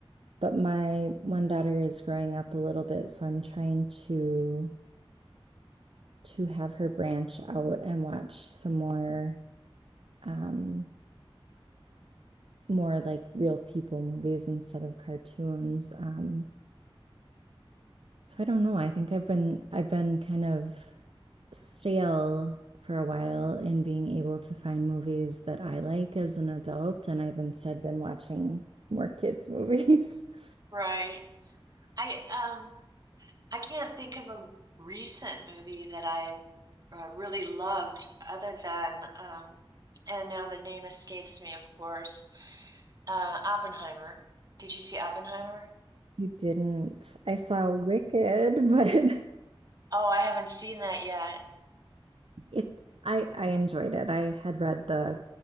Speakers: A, on the right; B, on the right.
A: but my one daughter is growing up a little bit, so I'm trying to to have her branch out and watch some more um more like real people movies instead of cartoons. Um, So I don't know. I think I've been I've been kind of stale for a while in being able to find movies that I like as an adult, and I've instead been watching more kids' movies. <laughs>
B: Right. I, um, I can't think of a recent movie that I uh, really loved other than, um, and now the name escapes me, of course, uh, Oppenheimer. Did you see Oppenheimer?
A: You didn't. I saw Wicked, but <laughs>
B: Oh, I haven't seen that yet.
A: it's I I enjoyed it. I had read the